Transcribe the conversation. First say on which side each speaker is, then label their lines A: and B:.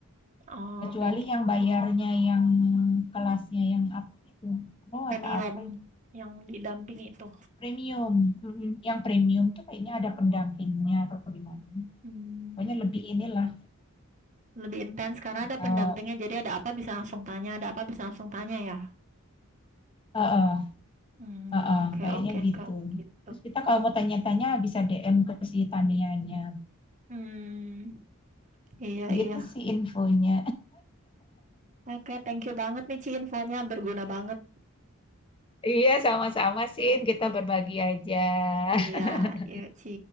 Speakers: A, on the right (about 35°); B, on the left (about 25°).
A: oh,
B: Kecuali
A: kayak gitu.
B: yang bayarnya yang kelasnya yang apa itu, oh
A: Premium
B: atau apa itu,
A: yang didampingi itu.
B: premium. Mhm. Yang premium tuh kayaknya ada pendampingnya atau gimana.
A: Mm,
B: Pokoknya
A: mm, mm.
B: lebih inilah.
A: Lebih intens karena ada
B: eh,
A: pendampingnya, jadi ada apa bisa langsung tanya, ada apa bisa langsung tanya ya.
B: eh, eh,
A: Hmm,
B: Heeh,
A: oke
B: kayaknya
A: oke
B: gitu.
A: kalau gitu.
B: Terus kita kalau mau tanya-tanya bisa DM ke si Tanianya.
A: Hmm, iya
B: Gitu
A: iya.
B: sih infonya.
A: Oke, thank you banget nih Ci infonya berguna banget.
B: Iya, sama-sama, Sin. Kita berbagi aja.
A: Iya,
B: <laughs>
A: yuk Ci.